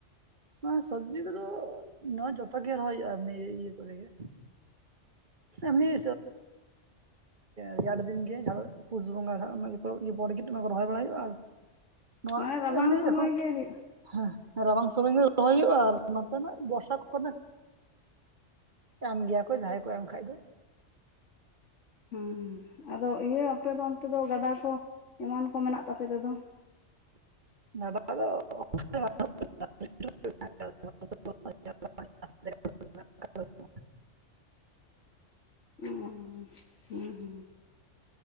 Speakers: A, on the right; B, on the left.
A: ᱚᱸ ᱥᱚᱵᱡᱤ ᱠᱚᱫᱚ ᱱᱚᱣᱟ ᱡᱚᱛᱚᱜ ᱜᱮ ᱨᱚᱦᱚᱭ ᱦᱩᱭᱩᱜ-ᱟ ᱮᱢᱱᱤ ᱤᱭᱟᱹ ᱠᱚᱨᱮᱜᱮ ᱮᱢ ᱳᱭ ᱨᱮᱭᱟᱲ ᱫᱤᱱ ᱜᱮ ᱯᱩᱥ ᱵᱚᱸᱜᱟ ᱤᱭᱟᱹ ᱵᱚᱨᱜᱤᱴ ᱚᱱᱟ ᱠᱚ ᱨᱚᱦᱚᱭ ᱵᱟᱲᱟᱭ ᱦᱩᱭᱩᱜ-ᱟ ᱟᱨ ᱱᱚᱣᱟ
B: ᱢᱟᱱᱮ ᱨᱟᱵᱟᱝ
A: ᱮᱢᱱᱤ
B: ᱥᱚᱢᱚᱭ
A: ᱮᱠᱷᱚᱱ
B: ᱜᱮ ᱦᱩᱭᱩᱜᱼᱟ
A: ᱦᱮᱸ ᱦᱮᱸ ᱨᱟᱵᱟᱝ ᱥᱚᱢᱚᱭ ᱜᱮ ᱫᱚᱚᱭ ᱦᱩᱭᱩᱜ-ᱟ ᱟᱨ ᱱᱚᱛᱮᱱᱟᱜ ᱵᱚᱨᱥᱟᱠᱷ ᱠᱷᱚᱱᱚᱱᱮ ᱮᱢ ᱜᱮᱭᱟ ᱠᱚ ᱡᱟᱸᱦᱟᱭ ᱠᱚ ᱮᱢ ᱠᱷᱟᱫ ᱫᱚ
B: ᱦᱮᱸ ᱟᱫᱚ ᱤᱭᱟᱹ ᱟᱯᱮ ᱫᱚ ᱚᱱᱛᱮ ᱫᱚ ᱜᱟᱰᱟ ᱠᱚ ᱮᱢᱟᱱ ᱠᱚ ᱢᱮᱱᱟᱜ ᱛᱟᱯᱮ ᱛᱮᱫᱚ
A: ᱫᱚ <unintelligible> <unintelligible>
B: ᱚ ᱦᱮᱸ ᱦᱮᱸ